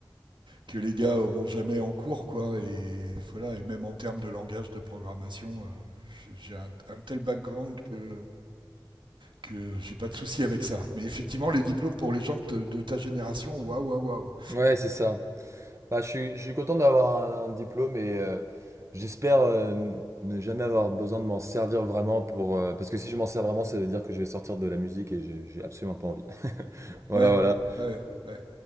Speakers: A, on the right; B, on the right.
A: que les gars auront jamais en cours, quoi. Et voilà, et même en termes de langage de programmation, euh, j'ai un, un, tel background que que j'ai pas de souci avec ça. Mais effectivement, les diplômes pour les gens de, de ta génération, waouh, waouh, waouh.
B: Ouais, c'est ça. Bah, je suis, je suis content d'avoir un, un diplôme et euh, j'espère euh, ne jamais avoir besoin de m'en servir vraiment pour... euh, parce que si je m'en sers vraiment, ça veut dire que je vais sortir de la musique et j'ai j'ai absolument pas envie. <laughs> Voilà,
A: Ouais,
B: voilà.
A: ouais, ouais.